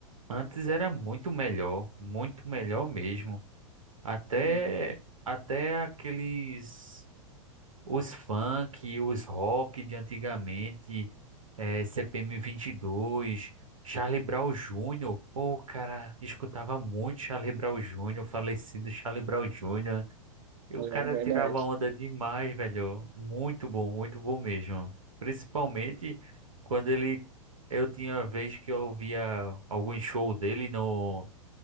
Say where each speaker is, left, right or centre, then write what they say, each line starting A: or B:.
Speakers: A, on the right; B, on the right.
A: Antes era muito melhor, muito melhor mesmo. Até
B: uhum,
A: até aqueles os funk, os rock de antigamente, eh, CPM 22, Charlie Brown Jr. Pô, cara, escutava muito Charlie Brown Jr., falecido Charlie Brown Jr. E o
B: é
A: cara
B: verdade.
A: tirava onda demais, velho. Muito bom, muito bom mesmo. Principalmente quando ele eu tinha uma vez que eu via algum show dele no